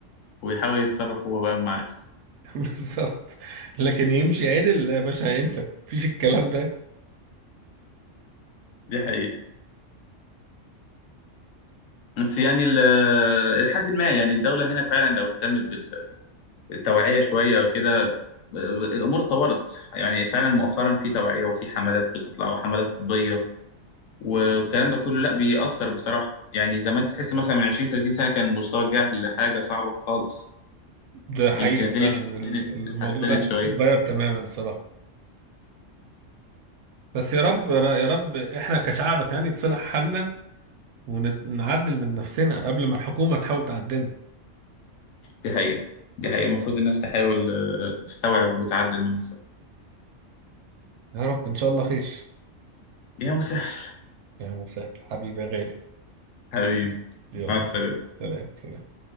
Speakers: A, on the left; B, on the right.
A: ويحاول يتصرف هو بقى بمعرفته
B: <laughs> بالظبط لكن يمشي عدل يا باشا انسى مفيش الكلام ده
A: دي حقيقة بس يعني ال- لحد ما يعني الدولة هنا فعلا لو اهتمت بالتوعية شوية أو كده ب- الأمور اتطورت يعني فعلا مؤخرا في توعية وفي حملات بتطلع وحملات طبية والكلام ده كله لا بيأثر بصراحة يعني زمان تحس مثلا من 20 30 سنة كان مستوى الجهل حاجة صعبة خالص
B: ده حقيقه
A: يمكن الدنيا
B: فعلا
A: اتحسنت
B: ال- الموضوع
A: اتحسنت
B: ده
A: شوية
B: اتغير تماما الصراحه بس يا رب يا رب احنا كشعب يعني يتصلح حالنا ونعدل من نفسنا قبل ما الحكومه تحاول تعدلنا
A: دي حقيقة دي حقيقة المفروض الناس تحاول آه، تستوعب وتعدل من نفسها
B: يا رب ان شاء الله خير
A: يا مسهل
B: يا مسهل حبيبي يا غالي
A: <laughs> حبيبي
B: يلا
A: مع السلامة
B: سلام سلام